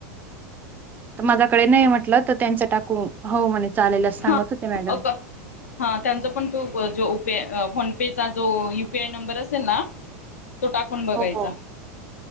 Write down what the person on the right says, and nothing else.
माझ्याकडे नाही म्हटलं तर त्यांच टाकू हो म्हणे चालेलच सांगत
होते मॅडम
हो